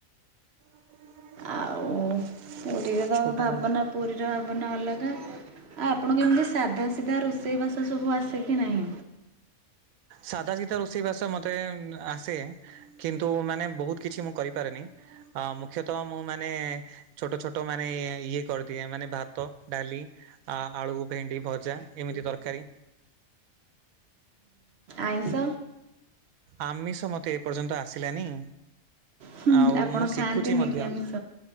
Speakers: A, on the right (about 80°); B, on the right (about 55°).
A: <unintelligible>
B: ଆଉ ପୁରୀରେ ତ
A: ଛୋଟା
B: ଭାବନା
A: ବାଲା
B: ପୁରୀର ଭାବନା ଅଲଗା, ଆଉ ଆପଣଙ୍କୁ ଏମିତି ସାଧା ସିଧା ରୋଷେଇ <unintelligible> କି ନାହିଁ?
A: ସାଧା ସିଧା ରୋଷେଇ ବାସ ମତେ ଆସେ। କିନ୍ତୁ ମାନେ ବହୁତ କିଛି ମୁଁ କରିପାରେନି ମୁଖ୍ୟତଃ ମୁଁ ମାନେ ଛୋଟ ଛୋଟ ମାନେ ଇଏ କରିଦିଏ ମାନେ ଭାତ, ଡାଲି ଆ ଆଳୁ ଭେଣ୍ଡି ଭଜା, ଏମିତି ତରକାରୀ।
B: ଆଇଁସ।
A: ଆମିଷ ମତେ ଏ ପର୍ଯ୍ୟନ୍ତ ଆସିଲାନି।
B: ହୁଁ
A: ଆଉ
B: ଆପଣ
A: ମୁଁ ଶିଖୁଛି
B: ଖାଆନ୍ତିନି
A: ମଧ୍ୟ।
B: କି ଆମିଷ?